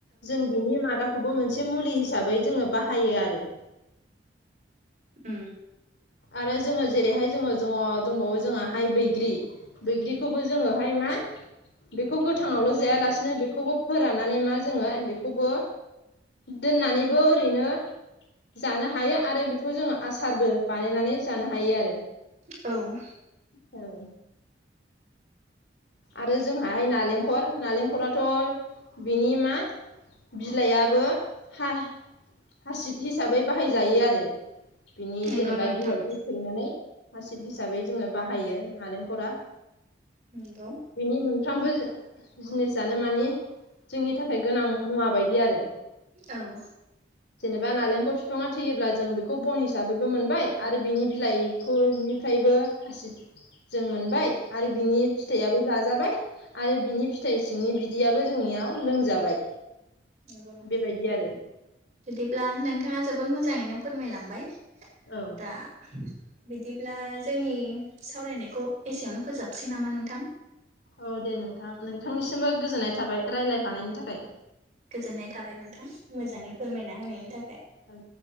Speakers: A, on the left; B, on the right.
A: जों बिनि मादाखौबो मोनसे मुलि हिसाबै जोङो बाहायो आरो
B: उ
A: आरो जोङो जेरैहाय जोङो जोङ दंबावो जोंङाहाय बैग्रि बैग्रिखौबो जोङोहाय मा बेखौ गोथाङावल' जायालासिनो बेखौबो फोराननानै मा जोङो बेखौबो दोननानैबो ओरैनो जानो हायो आरो बेखौ जोङो आसारबो बानायनानै जानो हायो आरो
B: औ
A: औ आरो जोंहाहाय नालेंखर नालेंखराथ' बिनि मा बिलाइाबो ह हासिब हिसाबै बाहायजायो आरो बिनि
B: नंगौ
A: जेनेबा
B: नोंथां
A: बिलाइ फै सैनानै हासिब हिसाबै जोङो बाहायो नारेंखरा
B: नंगौ
A: बिनि मोनफ्रोमबो जिनिसनो मानि जोंनि थाखाय गोनां मुवा बायदि आरो
B: औ
A: जेनेबा नालेंखर बिफाङा थैयोब्ला जों बेखौ बन हिसाबैबो मोनबाय आरो बिनि बिलाइखौनिफ्रायबो खासिब जों मोनबाय आरो बिनि फिथाइयाबो जाजाबाय आरो बिनि फिथाइ सिंनि बिदैयाबो जोंनियाव लोंजाबाय
B: नंगौ नथां
A: बेबायदि आरो
B: बिदिब्ला नोंथाङा जोबोद मोजाङैनो फोरमायलांबाय
A: औ
B: दा बिदिब्ला जोंनि सावरायनायखौ एसेयावनो फोजोबसै नामा नोंथां?
A: औ दे नोंथां नोंथांनिसिमबो गोजोननाय थाबाय रायज्लायफानायनि थाखाय
B: गोजोननाय थाबाय नोंथां
A: औ
B: मोजाङै
A: दे
B: फोरमायना होनायनि थाखाय
A: औ